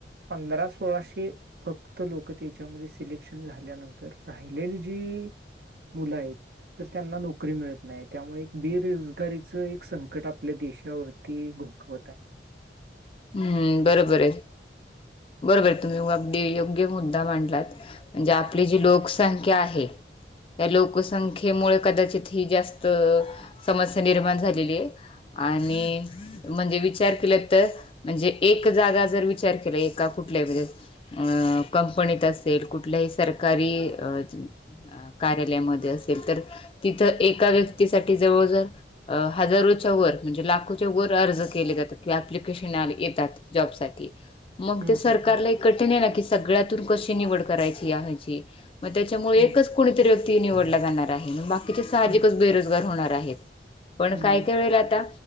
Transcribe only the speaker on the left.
हम्म बरोबर आहे बरोबर आहे तुम्ही अगदी योग्य मुद्दा मांडलात. म्हणजे आपली जी लोकसंख्या आहे त्या लोकसंख्येमुळं कदाचित ही जास्त समस्या निर्माण झालेली आहे. आणि म्हणजे विचार केला तर म्हणजे एक जागा जर विचार केला एका कुठल्याही म्हणजे आ कंपनीत असेल कुठल्याही सरकारी अ अ कार्यालयमध्ये असेल तर तिथं एका व्यक्तीसाठी जवळजवळ अ हजारोच्या वर म्हणजे लाखोच्या वर अर्ज केले जात्यात की एप्लीकेशन आले. येतात जॉबसाठी. मग
ते सरकारला
एक कठीण हाय ना की सगळ्यातून कशी निवड करायची या हेची मग त्याच्यामुळे
एकच कुणीतरी व्यक्ती निवडला जाणार आहे, मग बाकीचे सहाजिक
बेरोजगार होणार आहेत. पण
काय काय वेळेला आता